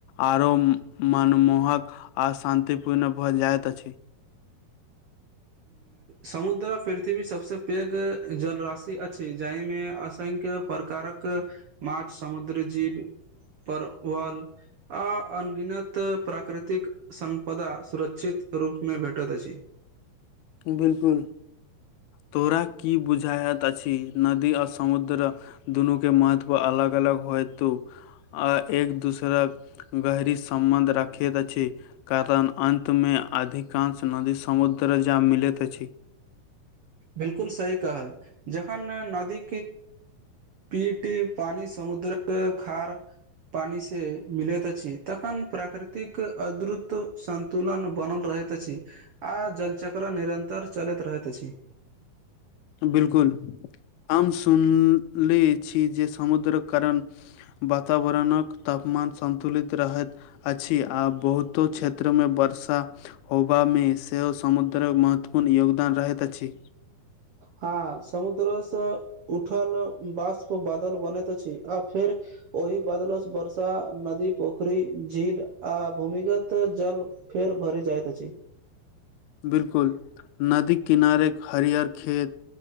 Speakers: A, on the left (about 80°); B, on the right (about 85°).
A: आरो मनमोहक आ शान्ति पूर्ण भ जाइत अछि
B: समुद्र पृथ्वी सबसँ पैघ जलराशि अछि जाहिमे असंख्य प्रकारक माछ समुद्र जीव परवल आ अनगिनत प्राकृतिक संपदा सुरक्षित रूपमे भेटैत अछि
A: बिलकुल तोरा की बुझाायइत अछि नदी आ समुद्र दुनू के महत्व अलग अलग होय त आ एक दूसराक गहरी सम्बन्ध राखैत अछि कारण अन्तमे अधिकांश नदी समुद्र जा मिलैत अछि
B: बिलकुल सही कहल जखन नदीे पीटे पानी समुद्रक खार पानी से मिलैत अछि तखन प्राकृतिक अद्रुत सन तुलन बनल रहैत अछि आ जलचक्र निरन्तर चलैत रहैत अछि
A: बिलकुल हम सुन ली छी जे समुद्रक कारण वातावरणक तापमान सन्तुलित रहैत अछि आ बहुतो क्षेत्रमें वर्षा होबामे सेहो समुद्रक महत्वपूर्ण योगदान रहैत अछि
B: हाँ समुद्रोसँ उठल बाष्प बादल बनैत छी आ फेर ओहि बदल सँ वर्षा नदी पोखरी झील आ भूमिगत जल फेर भरि जाइत अछि
A: बिलकुल नदी किनारेक हरियर खेत